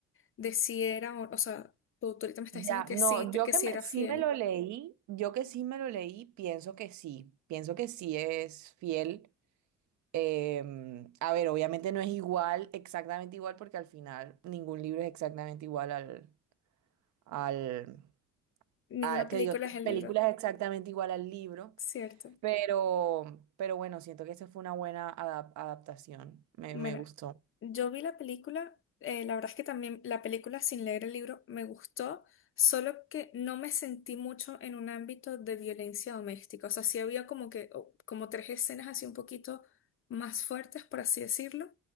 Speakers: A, on the left; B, on the right.
A: de si era, o, o sea, tú, tú ahorita me estás
B: Ya,
A: diciendo que
B: no,
A: sí, te-
B: yo
A: que
B: que
A: sí
B: me-
A: era
B: sí
A: fiel.
B: me lo leí, yo que sí me lo leí, pienso que sí, pienso que sí es fiel. Em, a ver, obviamente no es igual, exactamente igual, porque al final ningún libro es exactamente igual al, al,
A: Ninguna
B: a-
A: película
B: que digo,
A: es el
B: película
A: libro,
B: es exactamente igual al libro,
A: ¿cierto?
B: pero, pero bueno, siento que esa fue una buena adap- adaptación, me,
A: Bueno,
B: me gustó.
A: yo vi la película, eh, la verdad es que también la película sin leer el libro me gustó, solo que no me sentí mucho en un ámbito de violencia doméstica. O sea, sí había como que, o- como tres escenas así un poquito más fuertes, por así decirlo,